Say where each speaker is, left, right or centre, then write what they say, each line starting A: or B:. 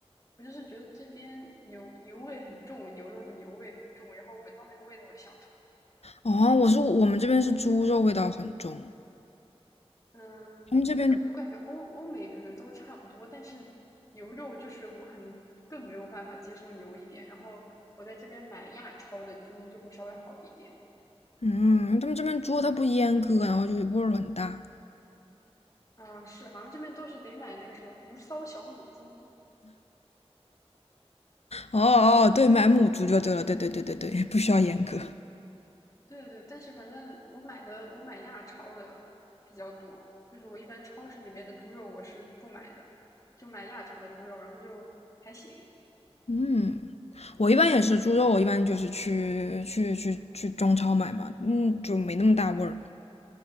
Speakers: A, on the left (about 30°); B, on the left (about 75°).
A: 我就是觉得这边牛牛味很重，牛肉的牛味很重，然后闻到那个味道我就想吐。
B: 哦，我是我们这边是猪肉味道很重，
A: 嗯，
B: 他们这边
A: 就是我感觉欧欧美可能都差不多，但是牛肉就是我可能更没有办法接受牛一点，然后我在这边买亚超的猪就会稍微好一点。
B: 嗯，他们这边猪它不阉割，然后就味儿很大。
A: 嗯，是，好像这边都是得买那个什么无骚小母猪。
B: 哦哦，对，买母猪就对了，对对对对对，不需要阉割。
A: 对对对，但是反正我买的我买亚超的比较多，就是我一般超市里面的猪肉我是不买的，就买亚超的猪肉，然后就还行。
B: 嗯，我一般也是猪肉，我一般就是去去去去中超买嘛，嗯，就没那么大味儿。